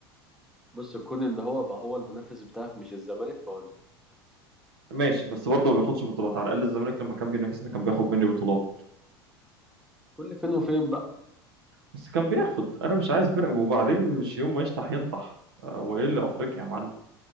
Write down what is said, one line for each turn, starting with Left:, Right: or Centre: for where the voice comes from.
Centre: بص كون ان هو بقى هو المنافس بتاعك مش الزمالك فهو ناجح
Right: ماشي بس برضه ما بياخدش بطولات على الاقل الزمالك لما كان بينافسنا كان بياخد مني بطولات
Centre: كل فين وفين بقى
Right: بس كان بياخد انا مش عايز بنقم وبعدين مش يوم ما يشطح ينطح آه، وايه اللي افريقيا يا معلم